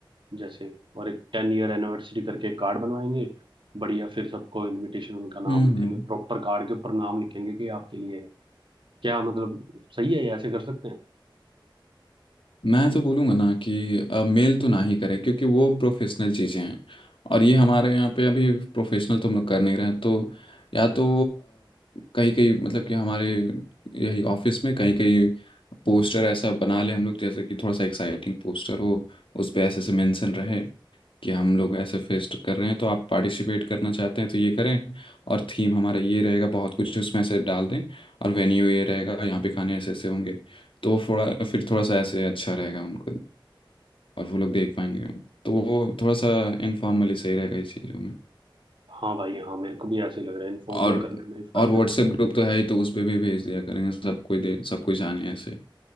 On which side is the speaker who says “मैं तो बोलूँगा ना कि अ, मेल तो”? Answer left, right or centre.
Left